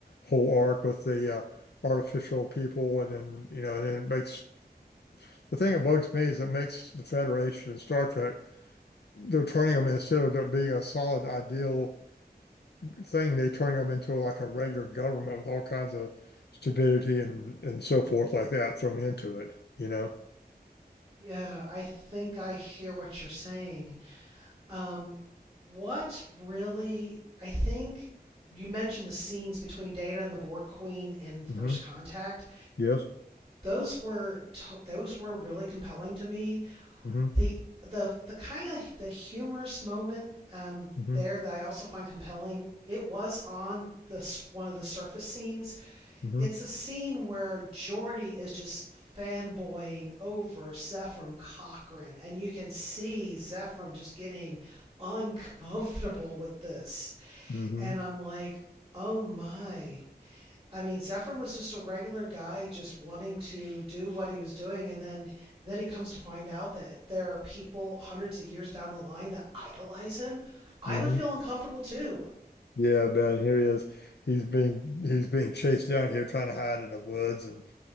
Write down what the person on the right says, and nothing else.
Yeah, I think I hear what you're saying. Um, what really, I think you mentioned the scenes between Data and the Borg Queen in First
Contact.
Those were to- those were really compelling to me
the the the kind of the humorous moment um,
there that I also find compelling. It was on this one of the surface scenes.
It's a scene where Geordie is just fanboying over Zephram Cochrane, and you can see Zephram just getting uncomfortable with this.
And I'm like, oh my, I mean, Zephyrin was just a regular guy just wanting to do what he was doing, and then then he comes to find out that there are people hundreds of years down the line that idolize him. I
would feel uncomfortable too.